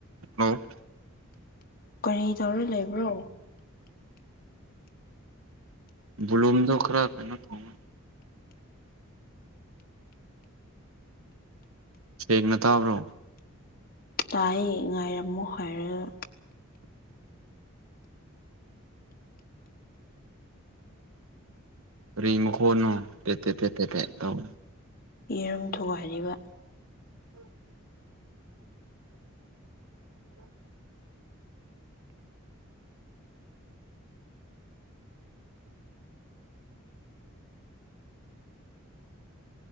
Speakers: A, on the right; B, on the left.
A: ꯂꯣ
B: ꯀꯥꯔꯤ ꯇꯧꯔꯥ ꯂꯩꯕ꯭ꯔꯣ
A: ꯕꯣꯂꯨꯝꯗꯣ ꯈꯔ ꯀꯩꯅꯣ ꯇꯧꯕꯥ ꯁꯦꯡꯅꯥ ꯇꯥꯕ꯭ꯔꯣ
B: ꯇꯥꯏꯌꯦ ꯉꯥꯏꯔꯝꯃꯣ ꯍꯥꯏꯔꯥꯒꯥ
A: ꯀꯥꯔꯤ ꯃꯈꯣꯟꯅꯣ ꯄꯦꯠ ꯄꯦꯠ ꯄꯦꯠ ꯄꯦꯠ ꯄꯦꯠ ꯇꯧ
B: ꯌꯦꯔꯨꯝ ꯊꯨꯒꯥꯏꯔꯤꯕꯥ